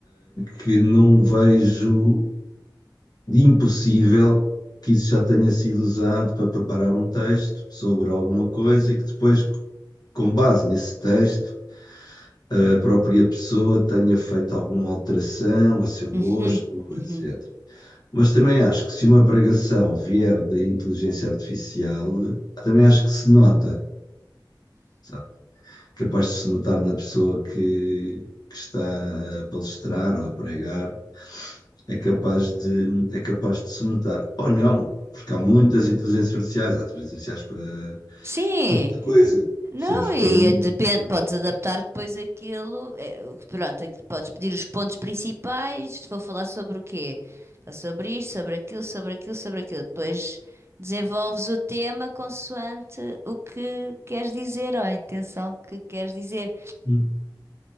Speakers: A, on the left; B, on the right.
A: que não vejo de impossível que isso já tenha sido usado para preparar um texto sobre alguma coisa e que depois, com base nesse texto, a própria pessoa tenha feito alguma alteração a seu
B: Uhum,
A: gosto,
B: uhum.
A: etc. Mas também acho que se uma pregação vier da inteligência artificial, também acho que se nota, sabe? Capaz de se notar na pessoa que, que está a palestrar ou a pregar é capaz de, é capaz de se notar. Ou não, porque há muitas inteligências artificiais, há inteligências artificiais para,
B: Sim,
A: para muita coisa,
B: não,
A: percebes?
B: e
A: Para muita,
B: depende,
A: muita coisa.
B: podes adaptar depois aquilo, eh, pronto, aqui podes pedir os pontos principais, vou falar sobre o quê? Falar Sobre isto, sobre aquilo, sobre aquilo, sobre aquilo. Depois desenvolves o tema consoante o que queres dizer, ou a intenção que queres dizer.
A: Hum.